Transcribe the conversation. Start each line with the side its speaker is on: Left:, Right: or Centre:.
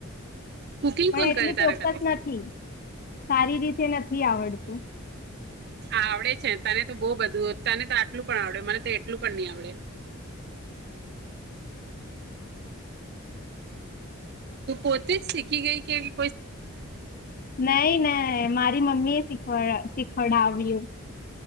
Right: કુકિંગ
Left: પણ
Right: કોણ
Left: એટલું
Right: કર તાર
Left: ચોક્કસ
Right: ઘરે?
Left: નથી સારી રીતે નથી આવડતું.
Right: આવડે છે તને તો બહ બધું તને તો આટલું પણ આવડે મને તો એટલું પણ નહી આવડે. તું પોતે જ શીખી ગઈ કેમ
Left: નહી ના મારી મમ્મી એ સિખ વળ શીખડ આવ્યું.